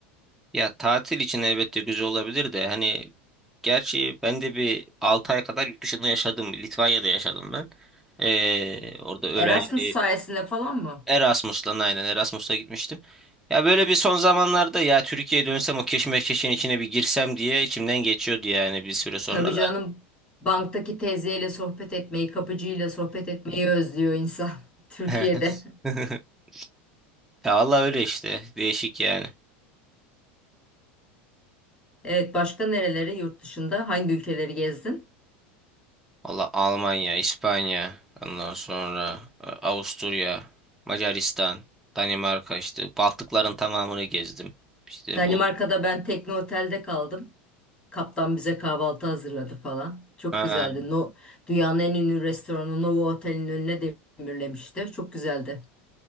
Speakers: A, in the centre; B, on the left.
A: Ya tatil için elbette güzel olabilir de hani gerçi ben de bir 6 ay kadar yurt dışında yaşadım. Litvanya'da yaşadım ben. Ee, orada öğrenci
B: Erasmus sayesinde falan mı?
A: Erasmus'la aynen Erasmus'la gitmiştim. Ya böyle bir son zamanlarda ya Türkiye'ye dönsem o keşmekeşin içine bir girsem diye içimden geçiyordu yani bir süre sonra
B: Tabii canım
A: da.
B: banktaki teyzeyle sohbet etmeyi, kapıcıyla sohbet etmeyi özlüyor insan <laughs> Türkiye'de.
A: <laughs> <laughs> Ya vallahi öyle işte değişik yani.
B: Evet başka nereleri yurt dışında hangi ülkeleri gezdin?
A: Valla Almanya, İspanya, ondan sonra e, Avusturya, Macaristan, Danimarka işte Baltıkların tamamını gezdim. İşte
B: Danimarka'da
A: bu
B: ben tekne otelde kaldım. Kaptan bize kahvaltı hazırladı falan. Çok
A: ha,
B: güzeldi. No, dünyanın en ünlü restoranı Novo Otel'in önüne demirlemişti. Çok güzeldi.